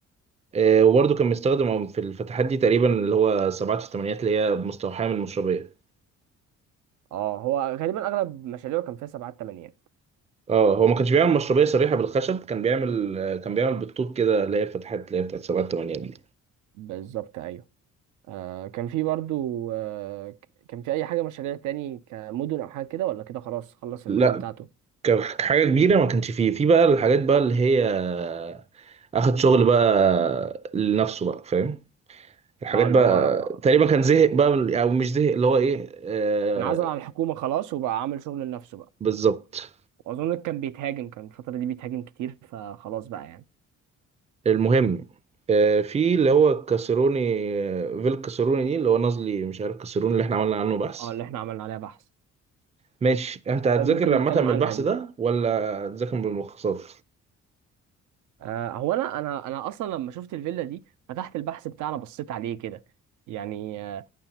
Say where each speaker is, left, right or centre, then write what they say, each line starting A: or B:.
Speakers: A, on the right; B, on the right.
A: آه وبرضه كان مستخدم في الفتحات دي تقريبا اللي هو سبعات في الثمانينات اللي هي مستوحاة من المشربية
B: اه هو غالبا اغلب مشاريعه كان فيها سبعات تمانيات
A: اه هو ما كانش بيعمل مشربية صريحة بالخشب كان بيعمل آه، كان بيعمل بالطوب كده اللي هي الفتحات اللي هي بتاعت سبعات الثمانينات دي
B: بالظبط ايوه آه كان في برضو آه ك- كان في اي حاجه مشاريع تاني كمدن او حاجه كده ولا كده خلاص خلص
A: لا
B: المدن بتاعته
A: ك- كحاجة كبيرة ما كانش فيه في بقى الحاجات بقى اللي هي آه، اخد شغل بقى لنفسه بقى فاهم الحاجات
B: اه اللي
A: بقى
B: هو خ-
A: تقريبا كان زهق بقى من- او مش زهق اللي هو ايه آه
B: انعزل عن الحكومه خلاص وبقى عامل شغل لنفسه بقى
A: بالظبط
B: واظن كان بيتهاجم كان الفتره دي بيتهاجم كتير فخلاص بقى يعني
A: المهم آه، في اللي هو كاسروني آه، فيل كاسروني دي اللي هو نازلي مش عارف كاسروني اللي احنا عملنا عنه بحث
B: اه اللي احنا عملنا عليها بحث
A: ماشي انت هتذاكر
B: طيب ممكن
A: عامة
B: نتكلم
A: من
B: عنها
A: البحث
B: دي
A: ده ولا هتذاكر بالملخصات
B: آه هو انا انا انا اصلا لما شفت الفيلا دي فتحت البحث بتاعنا بصيت عليه كده يعني آه،